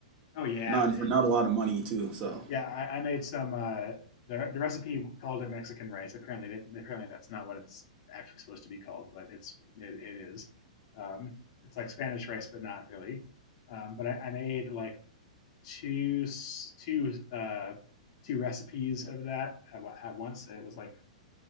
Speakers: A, on the left; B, on the right.
A: Oh yeah,
B: Not for not a lot of money too. So
A: Yeah, I, I made some. Uh, the the recipe called it Mexican rice. Apparently, it, apparently that's not what it's actually supposed to be called, but it's it, it is. Um, it's like Spanish rice, but not really. Um, but I, I made like two two uh, two recipes of that at, at once. It was like